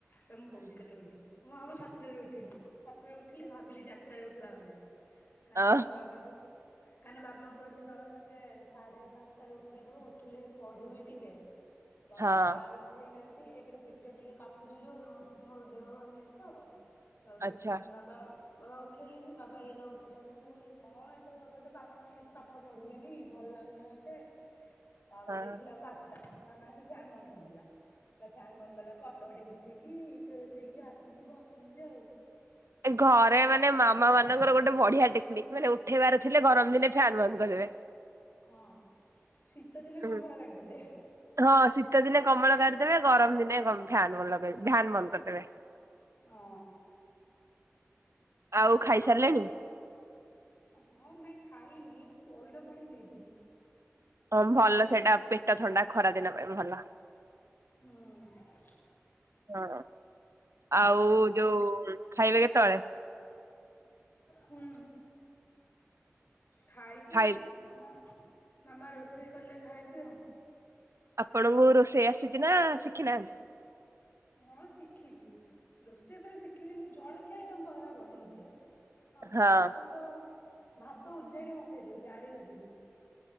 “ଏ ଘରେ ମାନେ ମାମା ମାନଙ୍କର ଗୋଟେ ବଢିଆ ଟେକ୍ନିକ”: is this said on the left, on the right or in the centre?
Right